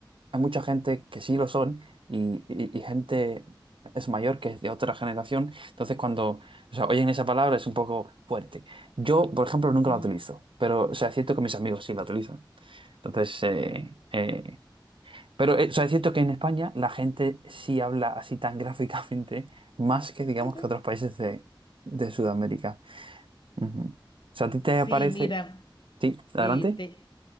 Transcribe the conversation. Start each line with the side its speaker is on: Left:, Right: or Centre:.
Right: hay mucha gente que sí lo son y, y- y gente es mayor que es de otra generación. Entonces, cuando o sea, oyen esa palabra es un poco fuerte. Yo, por ejemplo, nunca
Left: Mm.
Right: la utilizo, pero o sea, es cierto que mis amigos sí la utilizan. Entonces, eh, eh, pero eh, o sea, es cierto que en España la gente sí habla así tan <laughs> gráficamente, más que digamos
Left: <laughs>
Right: que otros países de, de Sudamérica. Ujú. O sea, ¿a ti te
Left: Sí,
Right: aparece?
Left: mira.
Right: Sí, adelante.
Left: Eh, te,